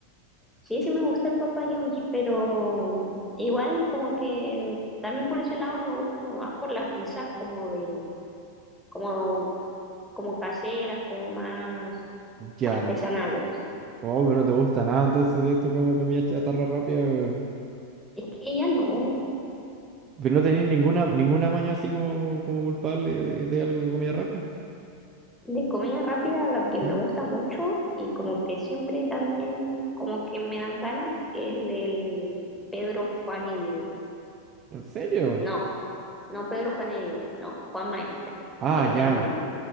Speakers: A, in the centre; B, on the right.
A: Sí, sí me gusta el Papa John's, pero igual como que también por ese lado me voy como más por las pizzas como de, como, como caseras, como más
B: Ya.
A: artesanales.
B: Oh, pero no te gusta nada entonces de esto como comida chatarra rápida, weón.
A: Es que ya no,
B: Pero no tenéis ninguna, ninguna maña así como, como culpable de, de algo de comida rápida.
A: de comida rápida lo que
B: ¿Sí?
A: me gusta mucho y como que siempre también como que me dan ganas es del Pedro, Juan y Diego.
B: ¿En serio?
A: No, no Pedro, Juan y Diego, no, Juan Maestro.
B: Ah,
A: Es
B: ya.
A: que son lo mismo.